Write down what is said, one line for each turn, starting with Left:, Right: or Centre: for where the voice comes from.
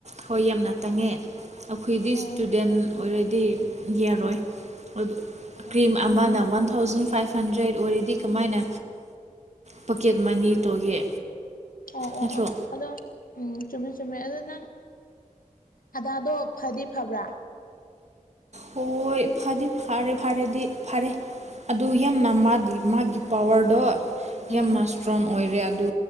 Right: ꯍꯣꯏ ꯌꯥꯝꯅ ꯇꯪꯉꯦ ꯑꯩꯈꯣꯏꯗꯤ
Left: ꯑꯣ
Right: ꯏꯁꯇꯨꯗꯦꯟ ꯑꯣꯏꯔꯗꯤ ꯗꯤ ꯌꯥꯔꯣꯏ ꯑꯗꯨ ꯀ꯭ꯔꯤꯝ ꯑꯃꯅ
Left: ꯎꯝ
Right: ꯋꯥꯟ ꯊꯥꯎꯖꯟ ꯐꯥꯏꯚ ꯍꯟꯗ꯭ꯔꯦꯠ ꯑꯣꯏꯔꯗꯤ ꯀꯃꯥꯏꯅ ꯄꯣꯀꯦꯠ ꯃꯅꯤ ꯇꯧꯒꯦ
Left: ꯑꯣ ꯑꯣ
Right: ꯅꯠꯇ꯭ꯔꯣ
Left: ꯑꯣ ꯑꯗꯣ ꯎꯝ ꯆꯨꯝꯃꯦ ꯆꯨꯝꯃꯦ ꯑꯗ ꯅꯪ ꯑꯗꯥꯗꯣ ꯐꯗꯤ ꯐꯕ꯭ꯔꯥ
Right: ꯍꯣꯏ ꯐꯗꯤ ꯐꯔꯦ ꯐꯔꯦꯗꯤ ꯐꯔꯦ ꯑꯗꯨ ꯌꯥꯝꯅ ꯃꯥꯗꯤ ꯃꯥꯒꯤ ꯄꯋꯥꯔꯗꯣ
Left: ꯎꯝ
Right: ꯌꯥꯝꯅ ꯏꯁꯇ꯭ꯔꯣꯡ ꯑꯣꯏꯔꯦ ꯑꯗꯨ